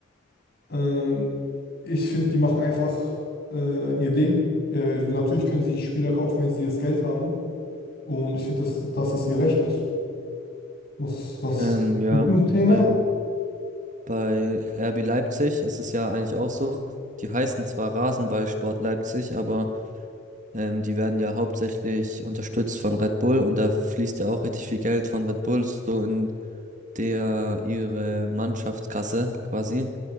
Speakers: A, on the left; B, on the right.
A: ähm, ich finde, die machen einfach äh, ihr Ding. Äh, natürlich können sie Spieler kaufen, wenn sie das Geld haben. Und ich finde, dass, dass es ihr Recht ist. Was, was
B: Ähm, ja,
A: zu dem Thema?
B: weil bei RB Leipzig ist es ja eigentlich auch so. Die heißen zwar Rasenballsport Leipzig, aber Ähm, die werden ja hauptsächlich unterstützt von Red Bull und da fließt ja auch richtig viel Geld von Red Bull so in der ihre Mannschaftskasse quasi.